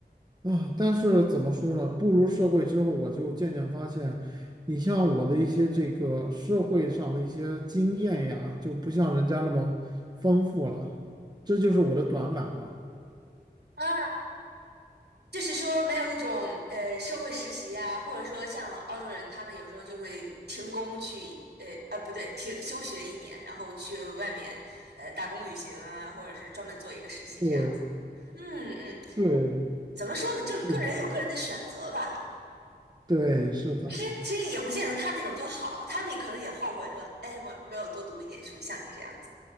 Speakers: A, on the right; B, on the right.
A: 啊，但是怎么说呢？步入社会之后，我就渐渐发现，你像我的一些这个社会上的一些经验呀，就不像人家那么丰富了，这就是我的短板了。
B: 啊，就是说没有那种呃社会实习啊，或者说像澳洲人，他们有时候就会停工去呃呃不对，停休学一年，然后去外面呃打工旅行啊，或者是专门做一个实习这样子。
A: 对
B: 嗯嗯，
A: 对，
B: 怎么说呢？就是个人有个人的选择吧。
A: 是的，对是的，
B: 其实其实也不见得他那种就好，他们也可能也后悔说，哎，没没有多读一点书，像你这样子，